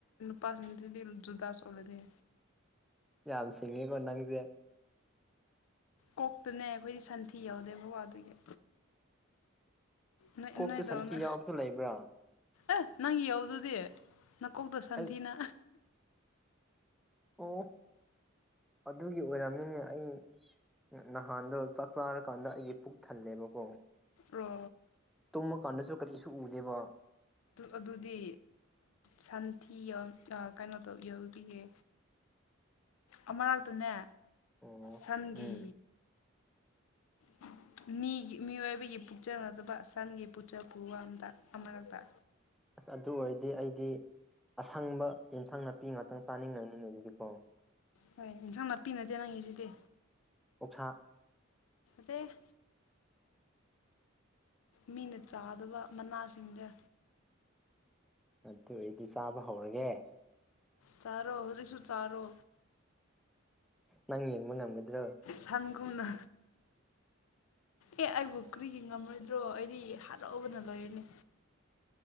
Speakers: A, on the left; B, in the centre.
A: ꯄꯥꯁꯅꯤꯁꯤꯗꯤ ꯖꯗꯥꯁ ꯑꯣꯜꯂꯅꯤ
B: ꯌꯥꯝ ꯁꯤꯡꯉꯤꯀꯣ ꯅꯪꯁꯦ
A: ꯀꯣꯛꯇꯅꯦ ꯑꯩꯈꯣꯏꯗꯤ ꯁꯟꯊꯤ ꯌꯎꯗꯦ ꯕꯕꯥ ꯑꯗꯨꯒꯤ ꯅꯣꯏ
B: ꯀꯣꯛꯇ
A: ꯅꯣꯏꯗꯧꯅ
B: ꯁꯟꯊꯤ ꯌꯥꯎꯕꯁꯨ ꯂꯩꯕ꯭ꯔꯥ
A: ꯑꯦ ꯅꯪꯒꯤ ꯌꯧꯗꯨꯗꯤ ꯅꯀꯣꯛꯇ ꯁꯟꯊꯤꯅ
B: ꯑꯩ ꯑꯣ ꯑꯗꯨꯒꯤ ꯑꯣꯏꯔꯝꯅꯤꯅꯦ ꯑꯩ ꯅꯍꯥꯟꯗꯣ ꯆꯥꯛ ꯆꯥꯔꯀꯥꯟꯗ ꯑꯩꯒꯤ ꯄꯨꯛ ꯊꯜꯂꯦꯕꯀꯣ
A: ꯔꯣ
B: ꯇꯨꯝꯃ ꯀꯥꯟꯗꯁꯨ ꯀꯔꯤꯁꯨ ꯎꯗꯦꯕ
A: ꯑꯗꯨꯗꯤ ꯁꯟꯊꯤ ꯀꯩꯅꯣ ꯇꯧ ꯌꯎꯕꯤꯌꯦ ꯑꯃꯔꯛꯇꯅꯦ
B: ꯑꯣ
A: ꯁꯟꯒꯤ
B: ꯎꯝ
A: <unintelligible> ꯃꯤꯒꯤ ꯃꯤꯑꯣꯏꯕꯒꯤ ꯄꯨꯛꯆꯅꯗꯕ ꯁꯟꯒꯤ ꯄꯨꯆ ꯄꯨ ꯋꯥꯝꯗ ꯑꯃꯔꯛꯇ
B: ꯑꯗꯨ ꯑꯣꯏꯔꯗꯤ ꯑꯩꯗꯤ ꯑꯁꯪꯕ ꯌꯦꯟꯁꯥꯡ ꯅꯥꯄꯤ ꯉꯥꯛꯇꯪ ꯆꯥꯅꯤꯡꯉꯅꯤꯅ ꯑꯗꯨꯗꯤꯀꯣ
A: ꯍꯣꯏ ꯏꯟꯁꯥꯡ ꯅꯥꯄꯤ ꯅꯠꯇꯦ ꯅꯪꯒꯤꯁꯤꯗꯤ
B: ꯑꯣꯛꯁꯥ
A: ꯎꯆꯦ <inaudible> ꯃꯤꯅ ꯆꯥꯗꯕ ꯃꯅꯥꯁꯤꯡꯗꯦ
B: ꯑꯗꯨ ꯑꯩꯗꯤ ꯆꯥꯕ ꯍꯧꯔꯒꯦ
A: ꯆꯥꯔꯣ ꯍꯧꯖꯤꯛꯁꯨ ꯆꯥꯔꯣ
B: ꯅꯪ ꯌꯦꯡꯕ ꯉꯝꯒꯗ꯭ꯔꯣ
A: ꯁꯥꯟꯒꯨꯨꯝꯅ ꯑꯦ ꯑꯩꯕꯨ ꯀ꯭ꯔꯤꯒꯤ ꯉꯝꯔꯣꯏꯗ꯭ꯔꯣ ꯑꯩꯗꯤ ꯍꯔꯥꯎꯒꯅ ꯂꯣꯏꯔꯅꯤ